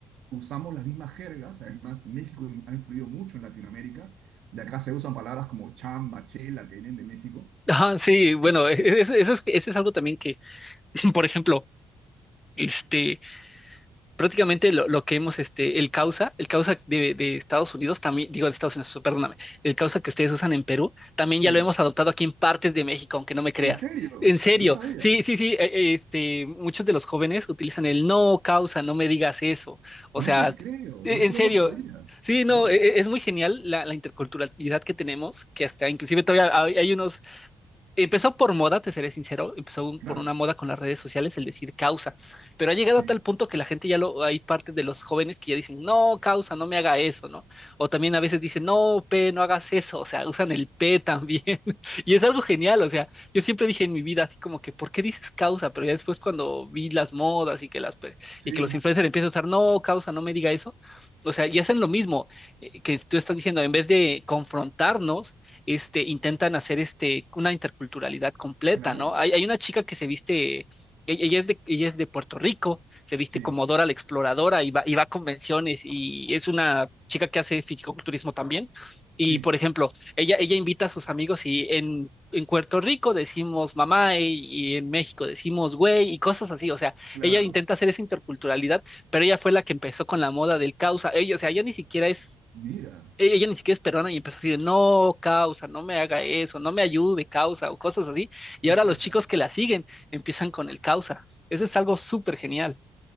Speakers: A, on the right; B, on the left.
A: usamos las mismas jergas, además México ha influido mucho en Latinoamérica, de acá se usan palabras como chamba, chela, que vienen de México.
B: Ajá, sí, bueno,
A: Este,
B: <laughs> e- e- eso, eso es, eso es algo también que, <clears throat> <laughs> por ejemplo, este, prácticamente lo, lo que hemos, este, el causa, el causa de, de Estados Unidos, también, digo de Estados Unidos, perdóname, el causa que ustedes usan en Perú, también
A: sí,
B: ya lo hemos adoptado aquí en partes de México, aunque no me creas.
A: en serio,
B: En serio,
A: no sabía,
B: sí, sí, sí, eh, eh, este, muchos de los jóvenes utilizan el no causa, no me digas eso. O
A: no
B: sea,
A: te creo,
B: e-
A: no solo
B: en serio.
A: no lo sabía.
B: Sí, no,
A: Wow,
B: e- e- es muy genial la, la interculturalidad que tenemos, que hasta inclusive todavía hay hay unos Empezó por moda, te seré sincero, empezó un-
A: claro,
B: por una moda con las redes sociales, el decir causa, pero ha llegado
A: sí,
B: a tal punto que la gente ya lo, hay parte de los jóvenes que ya dicen, no, causa, no me haga eso, ¿no? O también a veces dicen, no, P, no hagas eso, o sea, usan el P también, <laughs> y es algo genial, o sea, yo siempre dije en mi vida, así como que, ¿por qué dices causa? Pero ya después cuando vi las modas y que las, pe-
A: sí,
B: y que los influencers empiezan a usar, no, causa, no me diga eso, o sea, y hacen lo mismo eh, que tú estás diciendo, en vez de confrontarnos, este, intentan hacer este, una interculturalidad completa,
A: claro,
B: ¿no? Hay, hay una chica que se viste, ella, ella es de, ella es de Puerto Rico, se viste
A: sí.
B: como Dora la Exploradora y va, y va a convenciones y es una chica que hace fisicoculturismo también. Y,
A: Sí,
B: por ejemplo, ella, ella invita a sus amigos y en, en Puerto Rico decimos mamá y, y en México decimos güey y cosas así. O sea,
A: Claro,
B: ella intenta hacer esa interculturalidad, pero ella fue la que empezó con la moda del causa. Ella, o sea, ella ni siquiera es
A: mira.
B: e-, ella ni siquiera es peruana y empezó a decir no, causa, no me haga eso, no me ayude, causa, o cosas así. Y
A: <laughs>
B: ahora los chicos que la siguen empiezan con el causa. Eso es algo súper genial.